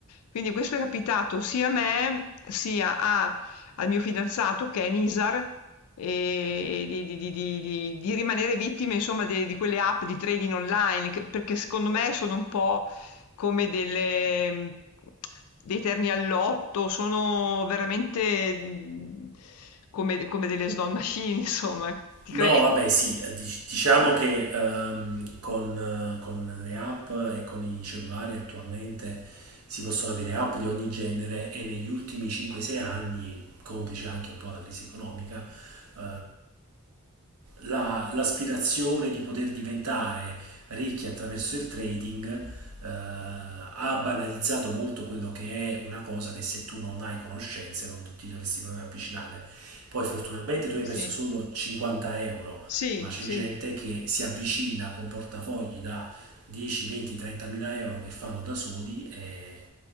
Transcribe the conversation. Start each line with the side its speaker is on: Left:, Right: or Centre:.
Left: Quindi questo è capitato sia a me sia a- al mio fidanzato che è Nisar e di, di- di- di- di- di rimanere vittime, insomma, de- di quelle app di trading online, che- perché secondo me sono un po' come delle, mh, dei terni all'otto, sono veramente mh, come, come delle slot machine, <laughs> insomma. Ti
Right: No,
Left: cre-
Right: vabbè, sì, eh, dic- diciamo che ehm, con, eh, con le app e con i cellulari attualmente si possono avere app di ogni genere e negli ultimi 5-6 anni, complice anche un po' la crisi economica, eh, la- l'aspirazione di poter diventare ricchi attraverso il trading eh, ha banalizzato molto quello che è una cosa che se tu non hai conoscenze non ti dovresti proprio avvicinare. Poi fortunatamente tu hai
Left: sì,
Right: perso solo 50 euro,
Left: sì,
Right: ma c'è
Left: sì.
Right: gente che si avvicina con portafogli da 10, 20, 30 mila euro che fanno da soli e,